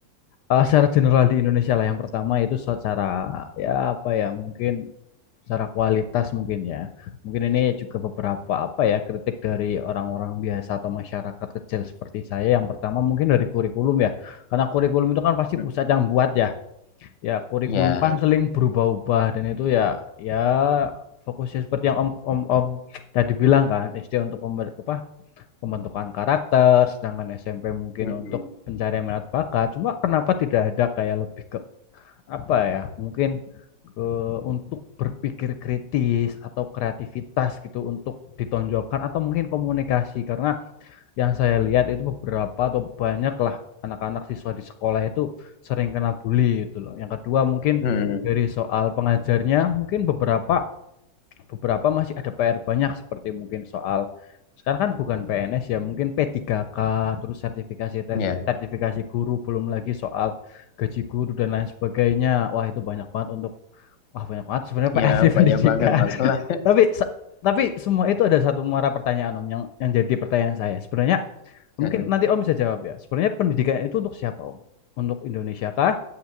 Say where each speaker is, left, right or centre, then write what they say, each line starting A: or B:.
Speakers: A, on the left; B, on the left.
A: eh, secara general di Indonesia lah. Yang pertama itu secara ya apa ya mungkin secara kualitas mungkin ya. Mungkin ini juga beberapa apa ya kritik dari orang-orang biasa atau masyarakat kecil seperti saya. Yang pertama mungkin dari kurikulum ya, karena kurikulum itu kan pasti
B: Hmm,
A: pusat yang buat ya. Ya, kurikulum
B: Ya,
A: kan seling berubah-ubah dan itu ya ya fokusnya seperti yang Om Om Om tadi bilang kan, SD untuk pember- apa, pembentukan karakter, sedangkan SMP mungkin
B: Mm-mm.
A: untuk pencarian minat bakat. Cuma kenapa tidak ada kayak lebih ke apa ya? Mungkin ke untuk berpikir kritis atau kreativitas gitu untuk ditonjolkan atau mungkin komunikasi karena yang saya lihat itu beberapa atau banyak lah anak-anak siswa di sekolah itu sering kena bully itu loh. Yang kedua mungkin
B: Hmm,
A: dari soal pengajarnya mungkin beberapa beberapa masih ada PR banyak seperti mungkin soal sekarang kan bukan PNS ya mungkin P3K terus sertifikasi tes,
B: Hmm. ya,
A: sertifikasi guru belum lagi soal gaji guru dan lain sebagainya. Wah itu banyak banget untuk wah banyak banget sebenarnya PR
B: ya
A: di
B: banyak
A: pendidikan.
B: banget masalah.
A: <laughs> Tapi se- tapi semua itu ada satu muara pertanyaan Om yang yang jadi pertanyaan saya. Sebenarnya Mungkin
B: <laughs>
A: nanti Om bisa jawab ya. Sebenarnya pendidikan itu untuk siapa Om? Untuk Indonesia kah?